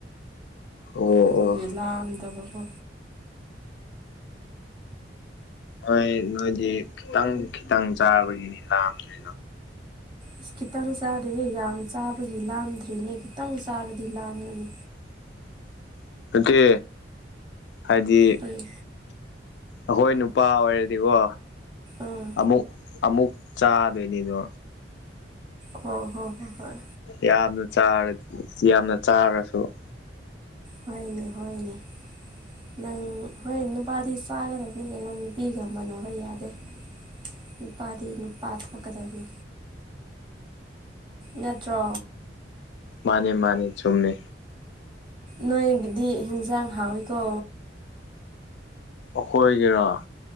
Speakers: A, on the left; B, on the right.
A: ꯑꯣ
B: ꯑꯗꯨꯒꯤ
A: ꯑꯣ
B: ꯂꯥꯝꯗꯕꯀꯣ
A: ꯍꯣꯏ ꯅꯣꯏꯗꯤ ꯈꯤꯇꯪ ꯈꯤꯇꯪ ꯆꯥꯕꯒꯤ ꯂꯥꯝꯗ꯭ꯔꯤ꯫
B: ꯏꯁ ꯈꯤꯇꯪ ꯆꯥꯗꯦꯍꯦ ꯌꯥꯝ ꯆꯥꯕꯒꯤ ꯂꯥꯗ꯭ꯔꯤꯅꯦ ꯈꯤꯇꯪ ꯆꯥꯔꯗꯤ ꯂꯥꯝꯒꯅꯤ꯫
A: <inaudible> ꯅꯠꯇꯦ ꯍꯥꯏꯗꯤ
B: ꯀꯔꯤ
A: ꯑꯈꯣꯏ ꯅꯨꯞ꯫ ꯄꯥ ꯑꯣꯏꯔꯗꯤꯀꯣ
B: ꯑꯥ
A: ꯑꯃꯨꯛ ꯑꯃꯨꯛ ꯆꯥꯗꯣꯏꯅꯤꯗꯣ꯫
B: ꯍꯣ ꯍꯣ ꯍꯣ ꯍꯣꯏ
A: ꯌꯥꯝꯅ ꯆꯥꯔ ꯌꯥꯝꯅ ꯆꯥꯔꯁꯨ꯫ <unintelligible>
B: ꯍꯣꯏꯅꯦ ꯍꯣꯏꯅꯦ꯫ ꯅꯪ ꯍꯣꯏ ꯅꯨꯄꯥꯗꯤ ꯆꯥꯒꯗꯕꯅꯤ ꯀꯩꯅꯣ ꯅꯨꯄꯤꯒ ꯃꯥꯟꯅꯕ ꯌꯥꯗꯦ꯫ ꯅꯨꯄꯥꯗꯤ ꯅꯨꯄꯥ ꯊꯣꯛꯀꯗꯝꯅꯤ꯫ ꯅꯠꯇ꯭ꯔꯣ꯫
A: ꯃꯥꯅꯦ ꯃꯥꯅꯦ ꯆꯨꯝꯃꯤ꯫
B: ꯅꯣꯏꯒꯤꯗꯤ ꯍꯤꯟꯖꯥꯡ ꯍꯥꯎꯋꯤꯀꯣ꯫
A: ꯑꯈꯣꯏꯒꯤꯔꯣ